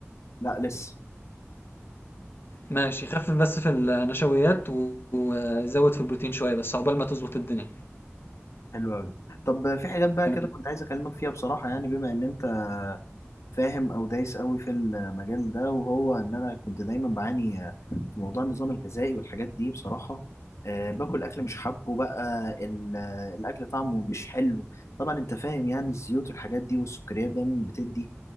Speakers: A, on the left (about 85°); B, on the left (about 50°).
A: لا لسه
B: ماشي خفف بس في النشويات و- وزود في البروتين شوية بس عقبال ما تظبط الدنيا
A: حلو قوي طب في حاجات بقى
B: جميل
A: كده كنت عايز اكلمك فيها بصراحه يعني بما ان انت فاهم او دايس قوي في المجال ده وهو ان انا كنت دايما بعاني في موضوع النظام الغذائي والحاجات دي بصراحه أه باكل اكل مش حابه بقى ال- الاكل طعمه مش حلو طبعا انت فاهم يعني الزيوت والحاجات دي والسكريات دايما بتدي